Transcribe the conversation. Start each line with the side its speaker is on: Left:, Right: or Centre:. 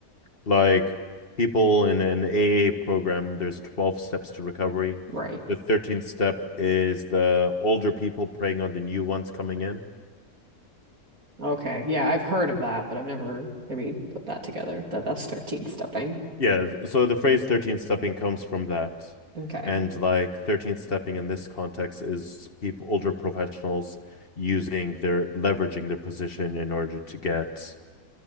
Left: Like people in an AA program, there's 12 steps to recovery.
Right: Right.
Left: The 13th step is the older people preying on the new ones coming in.
Right: Okay. Yeah, I've heard of that, but I've never maybe put that together that that's 13th stepping.
Left: Yeah, th- so the phrase 13 stepping comes from that.
Right: Okay.
Left: And like thirteenth stepping in this context is people, older professionals using their leveraging their position in order to get